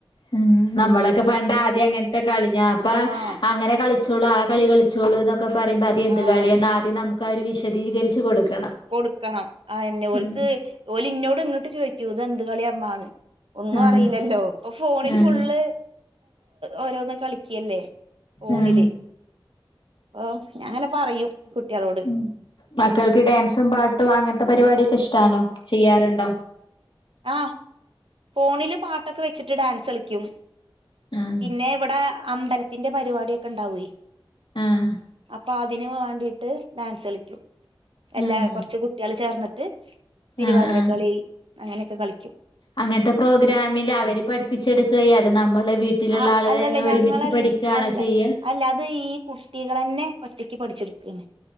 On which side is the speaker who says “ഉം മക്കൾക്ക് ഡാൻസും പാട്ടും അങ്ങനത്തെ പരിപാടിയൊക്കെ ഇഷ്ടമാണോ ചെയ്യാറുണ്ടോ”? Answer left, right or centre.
Left